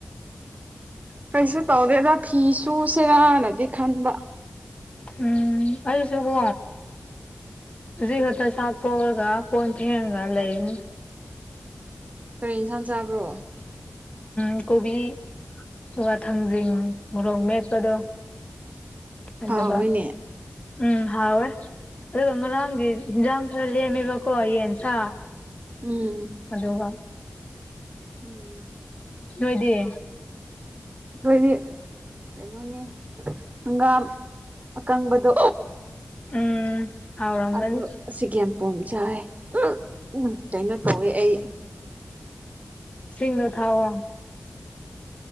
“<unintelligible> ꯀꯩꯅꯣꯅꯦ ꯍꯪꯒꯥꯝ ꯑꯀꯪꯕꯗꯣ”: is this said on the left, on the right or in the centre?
Right